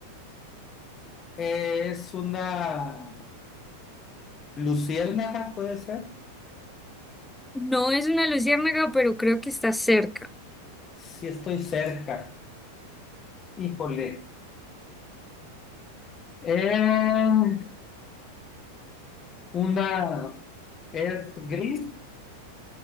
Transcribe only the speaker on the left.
es una luciérnaga, puede ser.
Si estoy cerca, híjole. Eh, una es gris,